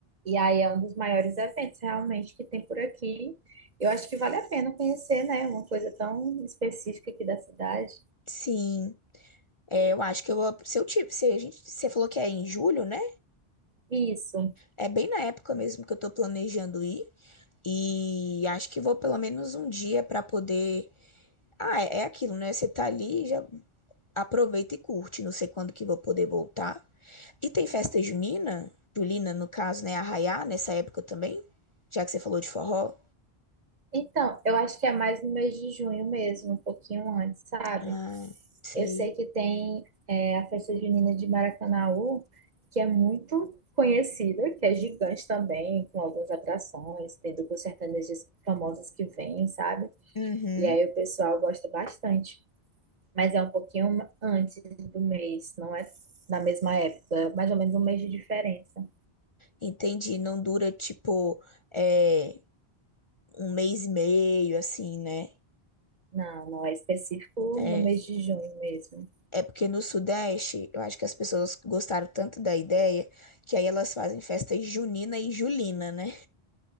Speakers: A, on the right; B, on the left.
A: E aí é um dos maiores eventos realmente que tem por aqui. Eu acho que vale a pena conhecer, né? Uma coisa tão específica aqui da cidade.
B: sim. É, eu acho que eu, se eu tive, se a gente, você falou que é em julho, né?
A: Isso.
B: É bem na época mesmo que eu tô planejando ir. E acho que vou pelo menos um dia para poder. Ah, é, é aquilo, né? Você tá ali, já aproveita e curte. Não sei quando que vou poder voltar. E tem festa junina, Julina, no caso, né? Arraiá, nessa época também. Já que você falou de forró.
A: Então, eu acho que é mais no mês de junho mesmo, um pouquinho antes, sabe?
B: Ah, sei.
A: Eu sei que tem é, a festa junina de Maracanaú, que é muito conhecida, que é gigante também, com algumas atrações, tem duplos sertanejos famosos que vêm, sabe?
B: Uhum,
A: E aí o pessoal gosta bastante. Mas é um pouquinho antes do mês, não é na mesma época, é mais ou menos um mês de diferença.
B: entendi. Não dura tipo é, um mês e meio, assim, né?
A: Não, não é específico
B: É,
A: no mês de junho mesmo.
B: É porque no Sudeste, eu acho que as pessoas gostaram tanto da ideia que aí elas fazem festa junina e julina, né?